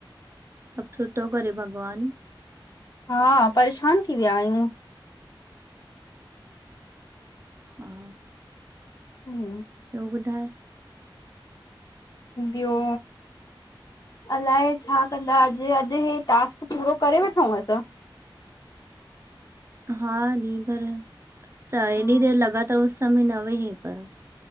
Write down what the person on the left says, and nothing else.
हा, परेशान थी विया आहियूं।
हम्म
ॿियो अलाए छा कंदा अॼु, अॼु हे टास्क पूरो करे वठूं असां?
हा